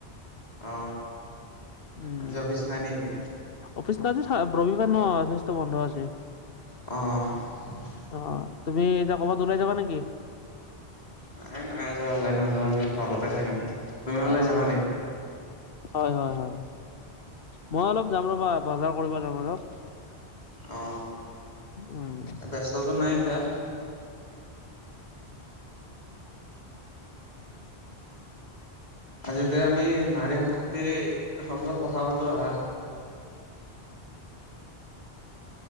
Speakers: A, on the left (about 40°); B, on the left (about 60°).
A: অ
B: উম
A: আজি অফিচ নাই নেকি
B: অফিচ ন আজি ৰবিবাৰ ন অফিচটো বন্ধ আছে
A: অঁ অঁ অঁ
B: অ তুমি এতিয়া ক'ৰবাত ওলাই যাবা নেকি
A: নাই নাই যোৱা ওলাই নাযাও আজি ঘৰতে থাকিম তুমি
B: অ
A: ওলাই যাবা
B: অ
A: নেকি
B: হয় হয় হয় মই অলপ যাম ৰ'বা বজাৰ কৰিব যাম অলপ
A: অ
B: উম
A: ব্যস্তটো নাই এতিয়া আজিতে আমি নাৰী শক্তিৰ ওপৰত কথা পাতো আহা